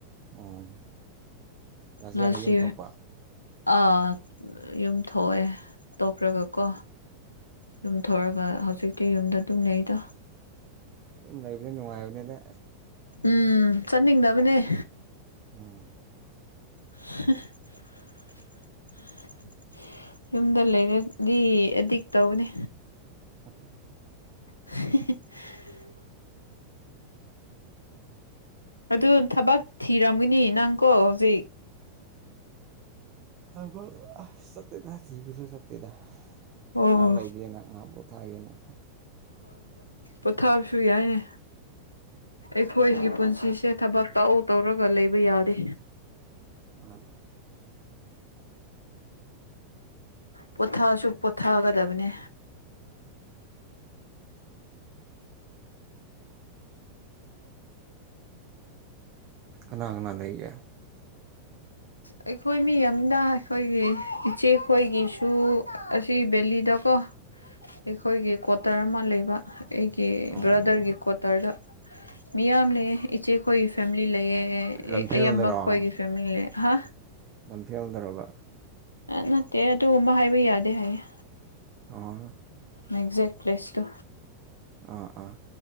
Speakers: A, on the right; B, on the left.
A: ꯑꯣ ꯂꯥꯁ ꯏꯌꯥꯔꯅ
B: ꯂꯁꯤ
A: ꯌꯨꯝ ꯊꯣꯛꯄ
B: ꯑꯥ ꯌꯨꯝ ꯊꯣꯛꯑꯦ ꯇꯣꯛꯈ꯭ꯔꯒꯀꯣ ꯌꯨꯝꯊꯣꯔꯒ ꯍꯧꯖꯤꯛꯇꯤ ꯌꯨꯝꯗ ꯑꯗꯨꯝ ꯂꯩꯩꯗꯣ
A: ꯏꯨꯝ ꯂꯩ ꯂꯩꯕꯗ ꯅꯨꯡꯉꯥꯏꯕꯅꯦꯗ
B: ꯎꯝ ꯆꯠꯅꯤꯡꯗꯕꯅꯦ
A: ꯎꯝ
B: <unintelligible> ꯌꯨꯝꯗ ꯂꯩꯔꯗꯤ ꯑꯦꯗꯤꯛ ꯇꯧꯕꯅꯤ
A: <unintelligible>
B: <unintelligible> ꯑꯗꯨ ꯊꯕꯛ ꯊꯤꯔꯝꯒꯅꯤ ꯅꯪꯀꯣ ꯍꯧꯖꯤꯛ
A: ꯍꯥꯏꯕꯨ ꯁꯇ ꯊꯁꯤꯁ ꯁꯠꯇꯤꯗ
B: ꯑꯣ
A: ꯉꯍꯥ ꯂꯩꯒꯦꯅ ꯉꯥ ꯄꯣꯊꯥꯒꯦꯅ
B: ꯄꯣꯊꯥꯞꯁꯨ ꯌꯥꯏꯅꯦ ꯑꯩꯈꯣꯏꯒꯤ ꯄꯨꯟꯁꯤꯁꯦ ꯊꯕꯛ ꯇꯧꯎ ꯇꯧꯔꯒ ꯂꯩꯕ ꯌꯥꯔꯦ
A: ꯃꯥꯅꯤ
B: ꯄꯣꯊꯁꯨ ꯄꯣꯊꯥꯒꯗꯕꯅꯦ
A: ꯑꯅꯥ ꯑꯪꯅꯥ ꯂꯩꯒ
B: ꯑꯩꯈꯣꯏ ꯃꯤ ꯑꯝꯗ ꯑꯩꯈꯣꯏꯒꯤ ꯏꯆꯦꯈꯣꯏꯒꯤꯁꯨ ꯑꯁꯤ ꯕꯦꯂꯤꯗ ꯀꯣ ꯑꯩꯈꯣꯏꯒꯤ ꯀ꯭ꯋꯥꯇꯔ ꯑꯃ ꯂꯩꯕ ꯑꯩꯒꯤ
A: ꯑꯣ
B: ꯕ꯭ꯔꯗꯔꯒꯤ ꯀ꯭ꯋꯥꯇꯔꯗ ꯃꯤꯌꯥꯝ ꯂꯩ ꯏꯆꯦꯈꯣꯏꯒꯤ ꯐꯦꯃꯤꯂꯤ ꯂꯩꯌꯦ
A: ꯂꯝꯐꯦꯜꯗꯔꯣ
B: ꯑ ꯌꯥꯝꯕ ꯈꯣꯏꯒꯤ ꯐꯦꯃꯤꯂꯤ ꯍꯥ
A: ꯂꯝꯐꯦꯜꯗꯔꯕ
B: ꯅꯠꯇꯦ ꯑꯗꯨꯒꯨꯝꯕ ꯍꯥꯏꯕ ꯌꯥꯗꯦ ꯍꯥꯏꯌꯦ
A: ꯑ
B: ꯑꯦꯛꯖꯦꯛ ꯄ꯭ꯂꯦꯁ ꯇ
A: ꯑꯥ ꯑꯥ